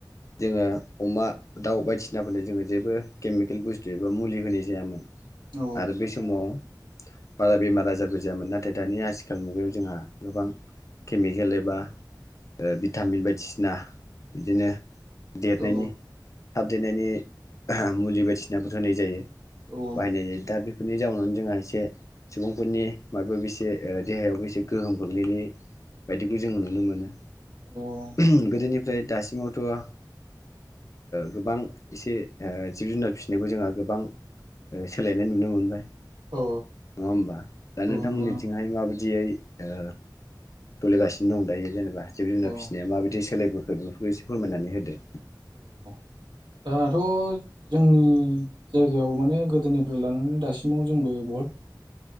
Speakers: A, on the left (about 45°); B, on the right (about 85°).
A: जोङो अमा दाउ बायदिसिनाफोरनो जोङो जेबो केमिकेल बुस्थु एबा मुलि होनाय जायामोन।
B: औ
A: आरो बै समाव बारा बेमार आजारबो जायामोन नाथाय दानि आसिखाल मुगायाव जोंहा गोबां केमिकेल एबा ओ भिटामिन बायदिसिना बिदिनो देतनायनि
B: औ
A: थाब देतनायनि मुलि बायदिसिनाफोर होनाय जायो
B: औ
A: बाहायनाय जायो दा बे फोरनि जाउनावनो जोंहा एसे सुबुंफोरनि माबा माबि एसे देहायावबो एसे गोहोम गोग्लैनाय बायदिखौ जों नुनो मोनो।
B: औ
A: उम गोदोनिफ्राय दासिमावथ ओ गोबां इसे ओ जिब जुनार फिसिनायखौ जोंहा गोबां ओ सोलायनाय नुनो मोनबाय। नङा
B: औ
A: होमबा? दा नोंथांमोननिथिंहाय
B: नंगौ नंगौ
A: माबायदियै ओ सोलिगासिनो दं दायो जेनेबा जिब
B: औ
A: जुनार
B: औ
A: फिसिनाया माबायदि सोलायबोखो बेफोरखौ एसे फोरमायनानै होदो।
B: औ दाथ जोंनि जायगायाव माने गोदोनिफ्राय लानानै दासिमाव जोंबो बहुद